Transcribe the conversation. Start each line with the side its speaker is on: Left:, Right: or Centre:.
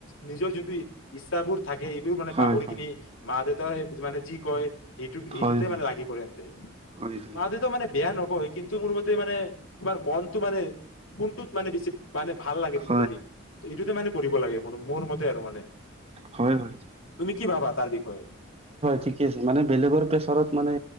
Left: নিজৰ যিটো ইচ্ছাাবোৰ থাকে এইবোৰো মানে
Right: হয়
Left: পাহৰি
Right: হয় হয়
Left: কিনি মা দেউতাই মানে যি কয়। ই
Right: হয়
Left: ইটোতে
Right: হয় হয়
Left: মানে লাগি পন্ততে
Right: হয় হয় হয় হয়
Left: মৱ <unintelligible> মানে বেয়া নহব কিন্তু মোৰ মতে মানে তোমাৰ মনটো মানে কোনটোত মানে বেছি মানে ভাল <unintelligible>
Right: হ
Left: কৰি ত' এইটোতে মানে কৰিব লাগে মোৰ মোৰ মতে আৰু মানে
Right: হয়
Left: তুমি কি ভাবা তাৰ বিষয়ে
Right: ঠিকে মানে বেলেগৰ পেছাৰত মানে